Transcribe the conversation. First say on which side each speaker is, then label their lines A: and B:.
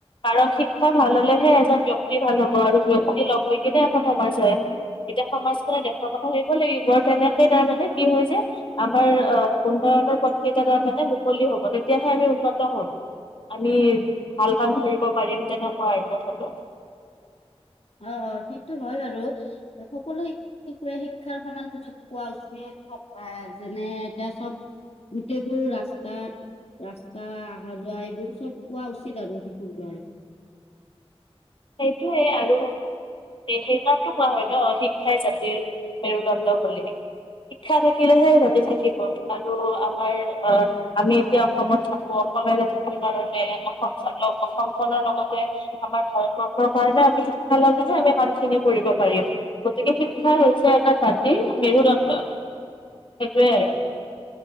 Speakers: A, on the left; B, on the left.
A: কাৰণ শিক্ষা ভাল হলেহে এজন বিয়ক্তি ভাল হব আৰু বিয়ক্তি লগ হৈ কিনে এখন সমাজ হয়। এতিয়া সমাজখনে দেখৰ ভাবিব লাগিব আৰু তেনেকে তাৰমানে কি হয় যে আমাৰ আহ উন্নয়নৰ পথ কেইটা তাৰ মানে মুকলি হব তেতিয়াহে আমি উন্নত হম, আমি ভাল কাম কৰিব পাৰিম তেনেকুৱা আৰু কথাটো।
B: অ সেইটো হয় বাৰু সকলো শিশুৱে শিক্ষাৰ সমান সুযোগ পোৱা উচিত, এ যেনে এতিয়া চব গোটেইবোৰ ৰাস্তাত ৰাস্তা অহা যোৱা এইবোৰ চব পোৱা উচিত আৰু শিশুবিলাকে
A: সেইটোয়ে আৰু সেইকাৰটো কোৱা হয় ন শিক্ষাই জাতিৰ মেৰুদণ্ড বুলি। শিক্ষা থাকিলেহে জাতি থাকিব আৰু আমাৰ অ আমি এতিয়া অসমত থাকো অসমীয়া জাতিটোৰ কাৰণে অসমখন অসম খনৰ লগতে আমাৰ ভাৰত কাৰণে আমি শিক্ষা লেহে আমি কামখিনি কৰিব পাৰিম গতিকে শিক্ষা হৈছে এটা জাতিৰ মেৰুদণ্ড। সেইটোৱে আৰু।